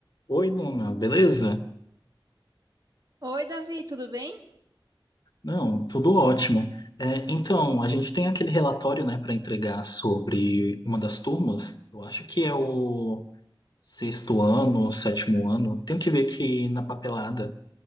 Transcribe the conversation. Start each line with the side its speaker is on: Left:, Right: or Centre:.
Left: Oi, Luna, beleza?
Right: Oi, Davi, tudo bem?
Left: Não, tudo ótimo. É, então, a gente tem aquele relatório, né, para entregar sobre uma das turmas. Eu acho que é o sexto ano, sétimo ano. Tenho que ver aqui na papelada,